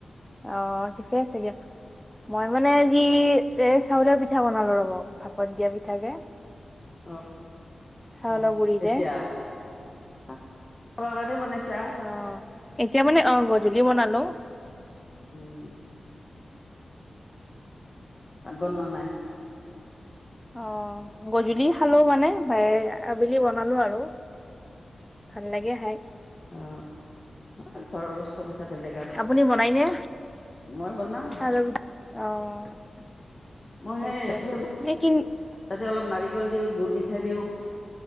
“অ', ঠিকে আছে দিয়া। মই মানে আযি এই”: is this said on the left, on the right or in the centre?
Centre